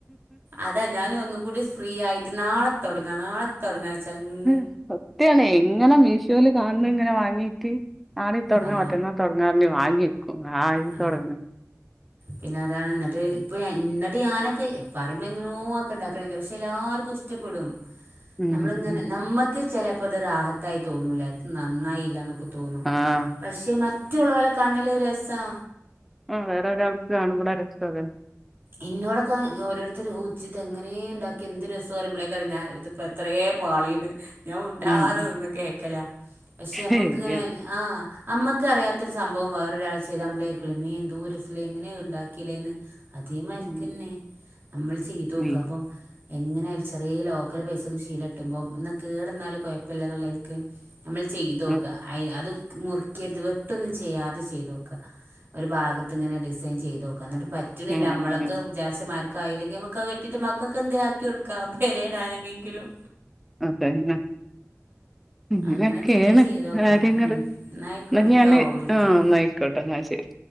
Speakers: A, on the right (about 45°); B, in the centre.
A: അതാ ഞാനും ഒന്നും കൂടി ഫ്രീ ആയിട്ട് നാളെ തൊടങ്ങാം നാളെ തൊടങ്ങാ വച്ചാ അങ്ങ്
B: ഉം സത്യാവാണേ എങ്ങനെ മീ ഷോല് കാണുന്നതങ്ങനെ വാങ്ങീട്ട് നാളെ തൊടങ്ങാ
A: ആ
B: മറ്റന്നാ തൊടങ്ങാന്ന് പറഞ്ഞ് വാങ്ങി വക്കും <unintelligible>
A: ആ
B: തൊടങ്ങാം
A: പിന്നെ അതാണ് എന്നിട്ട് ഇപ്പൊ എന്നിട്ട് ഞാനൊക്കെ പറയുമ്പോ എങ്ങനോ ഒക്കെ ഉണ്ടാക്കണ് ഗൾഫിൽ എല്ലർക്കും ഇഷ് ഷ്ടപ്പെടും
B: ഉം
A: നമ്മളങ്ങനെ
B: ഉം
A: നമ്മക്ക് ചെലപ്പോ അത് റാഹത്തായി തോന്നൂല അത് നന്നായില്ലാന്നൊക്കെ തോന്നും
B: ആഹ്
A: പക്ഷെ മറ്റുള്ളോരുടെ കണ്ണിലത് രസവാ
B: ആഹ് വേറെ ഒരാളുടെ അടുത്ത് കാണുമ്പളാ രസവ അത്
A: ഇന്നോടൊക്കെ ഓരോരുത്തര് ഓ ജ്ജ് ഇതെങ്ങനേ ഉണ്ടാക്കി എന്ത് രസവാ പറയുമ്പളേക്കാരം ഞാൻ ഇതിപ്പോ ഇത്രയേ പാളീന്ന് ഞാൻ മുണ്ടാതെ
B: ഉം ഉം
A: നിന്ന് കേൾക്കല പക്ഷെ
B: ശരിയാണ്
A: അപ്പൊക്ക് ഇങ്ങനെ തന്നെ ആഹ് അമ്മക്കറിയാത്തൊരു സംഭവം വേറൊരാള് ചെയ്താ നമ്മളെ അല്ലമ്മേ എന്തോ രസ്സവല്ലേ എങ്ങനേ അത് ഉണ്ടാക്കിയല്ലേന്ന് അതേ മാതിരിക്കന്നെ
B: ഉം
A: നമ്മൾ ചെയ്ത് നോക്കുക
B: ഉം
A: അപ്പം എങ്ങനായാലും ചെറീയ ലോക്കൽ പൈസക്ക് ശീല കിട്ടുമ്പം എന്ന കേട് വന്നാലും കൊയപ്പവില്ല എന്നുള്ള നിലക്ക് നമ്മള് ചെയ്ത് നോക്കുക
B: ആ
A: അയ് അത് മുറിക്കരുത് വെട്ടുവൊന്നും ചെയ്യാതെ ചെയ്ത് നോക്കുക ഒരു ഭാഗത്ത് ഇങ്ങനെ ഡിസൈൻ ചെയ്ത് നോക്കുക എന്നിട്ട് പറ്റണില്ല
B: ഉം
A: നമ്മളൊക്കെ
B: ഉം
A: വിചാരിച്ച മാതിരി ക്കായില്ലെങ്കിൽ നമ്മുക്കത് വെട്ടീട്ട് മക്കൊക്കെന്തേലും ആക്കി കൊടുക്കാം പെരേടാനെങ്കിലും
B: അത് തന്നെ ഇങ്ങനൊക്കയാണ്
A: അങ്ങനൊക്കെ എന്തേ ചെയ്ത് നോക്കാം
B: കാര്യങ്ങള്
A: ഉം ആയിക്കോട്ടെട്ടോ
B: എന്നാ ഞാന്
A: വിളിക്കാം
B: ആ എന്നാ ആയി ക്കോട്ടേ എന്നാ ശരി